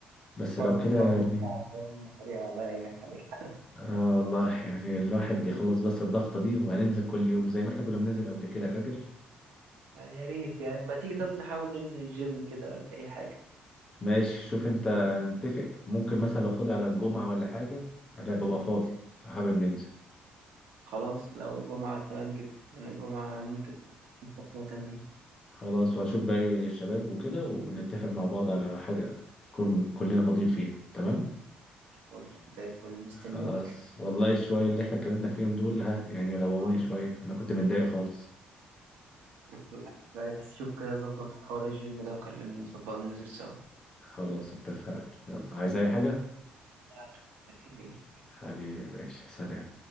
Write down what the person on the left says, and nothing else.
بس
لو
كده يعني
اه والله يعني الواحد يخلص بس الضغطة دي وهننزل كل يوم زي ما احنا كنا بننزل قبل كده فاكر
ماشي شوف انت نتفق ممكن مثلا لو فاضي على الجمعة ولا حاجة انا ببقى فاضي لو حابب ننزل
خلاص وهشوف باقي الشباب وكده ونتفق مع بعض على حاجة نكون كلنا فاضيين فيها تمام
خلاص والله الشوية اللي احنا اتكلمنا فيهم دول ها يعني روقوني
شوية انا كنت متضايق خالص
خلاص اتفقنا يلا عايز اي حاجة
حبيبي يا باشا سلام